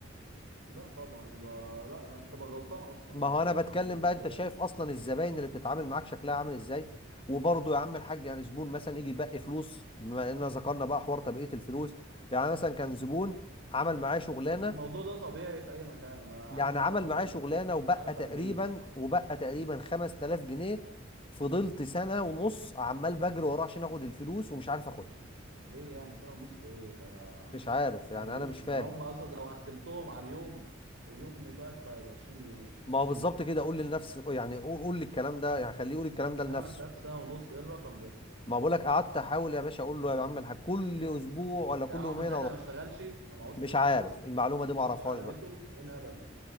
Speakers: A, on the right; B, on the left.
A: لا طبعا يبقى لا لا انت تبقى غلطان اصلا
B: ما هو
A: لو
B: انا بتكلم
A: عملت له
B: بقى انت
A: ببلاش
B: شايف اصلا الزباين اللي بتتعامل معاك شكلها عامل ازاي وبرضه يا عم الحاج يعني زبون مثلا يجي يبقي فلوس بما اننا ذكرنا بقى حوار تبقيه الفلوس يعني مثلا كان زبون عمل معاه شغلانه
A: لا الموضوع ده طبيعي في اي مكان انا بقى
B: يعني
A: عندي
B: عمل
A: انا برضو
B: معاه شغلانه
A: مش
B: وبقى
A: عارف
B: تقريبا
A: الغيه بصراحة
B: وبقى تقريبا 5000 جنيه فضلت سنه ونص عمال بجري وراه عشان اخد الفلوس ومش عارف اخدها
A: ليه يعني سنة ونص ايه ده
B: مش عارف يعني
A: ده ما يجيبوش
B: انا مش
A: ده
B: فاهم
A: هم اصلا لو قسمتهم على اليوم اليوم مش واقف ب 20 جنيه
B: ما هو بالظبط كده قول لنفسي يعني قول قول للكلام ده يعني خليه يقول الكلام ده لنفسه
A: 5000 سنة ونص ايه الرقم ده
B: ما بقولك قعدت احاول يا باشا اقول له يا عم الحاج كل اسبوع ولا كل
A: يعني
B: يومين
A: هو من ساعتها
B: اروح
A: ما اشتغلش ما معهوش
B: مش
A: فلوس
B: عارف
A: خالص
B: المعلومه دي
A: ما
B: ما
A: بيصرفش
B: اعرفهاش
A: على
B: بقى
A: بيته ايه الهبل ده